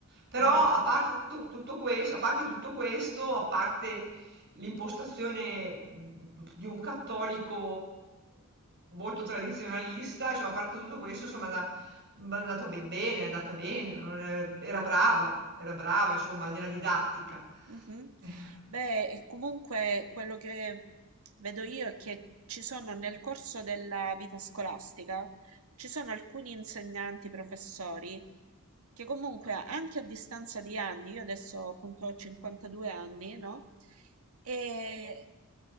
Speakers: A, on the right; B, on the right.
A: Però
B: ah.
A: a parte tutto, tutto ques- a parte tutto questo, a parte l'impostazione mh, di un cattolico molto tradizionalista, cioè a parte tutto questo, insomma, da- mi è andato ben bene, è andata bene, non è- era brava, era brava, insomma, nella didattica.
B: Mhm.
A: Eh,
B: Beh, e comunque quello che vedo io è che ci sono nel corso della vita scolastica, ci sono alcuni insegnanti, professori, che comunque anche a distanza di anni, io adesso appunto ho 52 anni, no? E